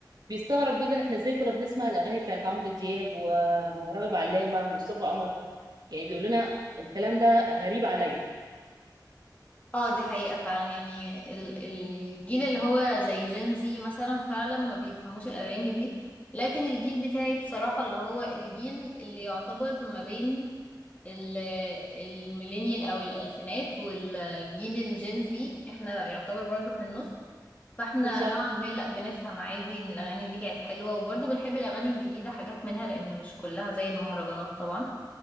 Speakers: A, on the right; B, on the left.
A: بيستغرب جدا احنا ازاي كنا بنسمع الاغاني بتاعت عمرو دياب وراغب علامه ومصطفى قمر يعني بيقول لنا الكلام ده غريب عليا
B: اه دي حقيقة فعلا يعني ال- الجيل اللي هو زي جين زي مثلا فعلا ما بيفهموش الأغاني دي لكن الجيل بتاعي بصراحة اللي هو الجيل اللي يعتبر ما بين ال- الميلينيال أو الألفينات والجيل الجين زي احنا يعتبر برضو في النص فاحنا
A: بالظبط
B: نوعا ما لا بنفهم عادي ان الأغاني دي كانت حلوة وبرضو بنحب الأغاني الجديدة حاجات منها لأن مش كلها زي المهرجانات طبعا